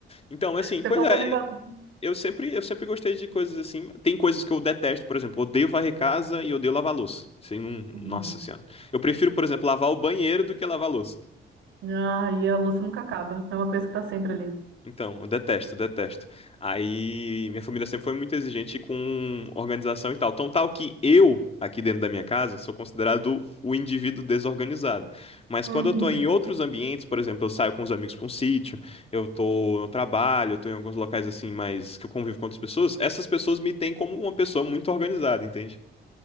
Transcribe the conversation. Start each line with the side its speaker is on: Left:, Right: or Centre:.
Left: Então, assim,
Right: Você
Left: pois
Right: falou
Left: é,
Right: um negócio.
Left: Eu sempre, eu sempre gostei de coisas assim. Tem coisas que eu detesto, por exemplo, eu odeio varrer casa e eu odeio lavar louça. Isso aí não,
Right: Uhum.
Left: nossa senhora. Eu prefiro, por exemplo, lavar o banheiro do que lavar louça.
Right: Ah, e a louça nunca acaba. É uma coisa que tá sempre ali.
Left: Então, eu detesto, detesto. Aí, minha família sempre foi muito exigente com organização e tal. Tão tal que eu, aqui dentro da minha casa, sou considerado o indivíduo desorganizado. Mas
Right: Uhum.
Left: quando eu tô em outros ambientes, por exemplo, eu saio com os amigos pra um sítio, eu tô no trabalho, eu tô em alguns locais assim, mas que eu convivo com outras pessoas, essas pessoas me têm como uma pessoa muito organizada, entende?